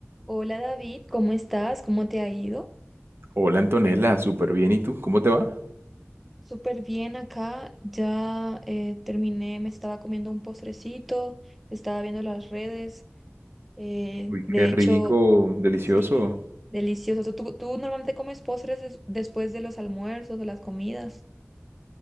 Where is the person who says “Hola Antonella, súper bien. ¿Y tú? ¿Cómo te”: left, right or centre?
Right